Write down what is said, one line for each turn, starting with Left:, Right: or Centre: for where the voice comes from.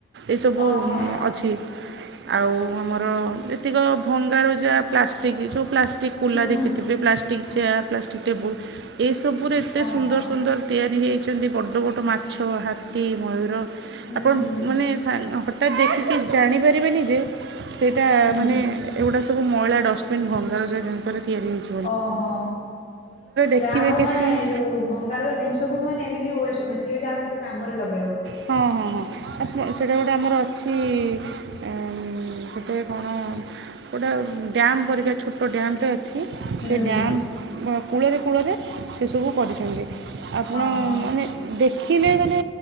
Right: ଏସବୁ
Left: ଓହୋ
Right: ଉମ୍ ଅଛି। ଆଉ ଆମର ଯେତିକ ଭଙ୍ଗାରୁଜା ପ୍ଲାଷ୍ଟିକ୍ ଯୋଉ ପ୍ଲାଷ୍ଟିକ୍ କୁଲା
Left: ହୁଁ
Right: ଦେଖିଥିବେ
Left: ହୁଁ
Right: ପ୍ଲାଷ୍ଟିକ୍ ଚେୟାର୍, ପ୍ଲାଷ୍ଟିକ୍ ଟେବୁଲ୍ ଏସବୁୁରେ ଏତେ
Left: ଓହୋ
Right: ସୁନ୍ଦର ସୁନ୍ଦର ତିଆରି ହେଇଛନ୍ତି ବଡ଼ ବଡ଼ ମାଛ, ହାତୀ, ମୟୂର
Left: ହୁଁ
Right: ଆପଣ
Left: ହୁଁ
Right: ମାନେ ସାନ୍ ହଟ୍ ହଟାତ୍ ଦେଖିକି ଜାଣିପାରିବେନି ଯେ ସେଇଟା
Left: ହୁଁ
Right: ମାନେ ଏଗୁଡ଼ା ସବୁ ମଇଳା ଡଷ୍ଟବିନ୍ ଭଙ୍ଗାରୁଜା ଜିନିଷରେ ତିଆରି ହୋଇଛି।
Left: ଓହୋ
Right: ଦେଖିବେ
Left: ଯାହା ହଉ
Right: କି
Left: ମାନେ ଏଇ ଯୋଉ ଭଙ୍ଗ ଙ୍ଗାରୁଜା ଜିନିଷକୁ ମାନେ ବି ଏମିତି ୱେଷ୍ଟ ନୁହେଁ ସିଏ ବି ଯାହା ହଉ କିଛି କାମରେ ଲଗ
Right: ହଁ ହଁ ହଁ ଆ ସେଇଟା ଗୋଟେ ଆମର ଅଛି ଅଁ ଗୋଟେ କଣ ଗୋଟେ ଡ୍ୟାମ୍ ପରିକା ଛୋଟ ଡ୍ୟାମ୍ ଟେ ଅଛି
Left: ହୁଁ
Right: ସେ
Left: ହୁଁ
Right: ଡ୍ୟାମ୍ କୂଳରେ-କୂଳରେ ସେସବୁ କରିଛନ୍ତି। ଆପଣ
Left: ଓହୋ
Right: ମାନେ ଦେଖିଲେ ମାନେ